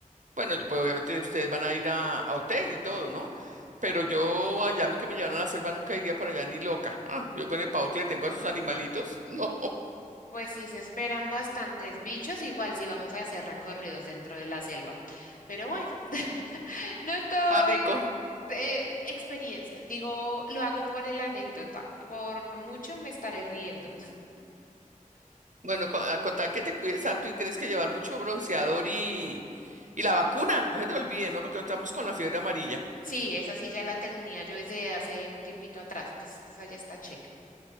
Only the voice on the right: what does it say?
Bueno, yo- pues obviamente ustedes van a ir a, a hotel y todo, ¿no? Pero yo allá a mí que me llevan a la selva nunca iría por allá ni loca. Ah, yo con el pavo que le tengo a esos animalitos, <laughs> no.
Ah, rico.
Bueno, con, a contar que te cuides harto y tienes que llevar mucho bronceador y, y la vacuna, no se te olvide, ¿no? Porque estamos con la fiebre amarilla.